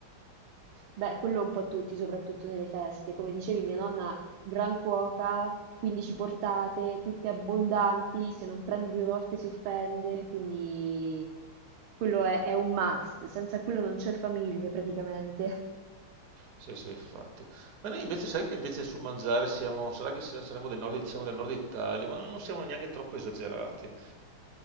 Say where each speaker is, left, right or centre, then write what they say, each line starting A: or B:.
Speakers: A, on the right (about 80°); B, on the right (about 65°).
A: Beh, quello un po' tutti, soprattutto nelle feste. Come dicevi, mia nonna, gran cuoca, 15 portate, tutte abbondanti, se non prendi due volte si offende, quindi quello è, è un must. Senza quello non c'è famiglia praticamente.
B: Sì, sì, infatti. Ma noi invece, sai che invece sul mangiare siamo, sarà che se- saremo del nord, siamo del nord Italia, ma non siamo neanche troppo esagerati,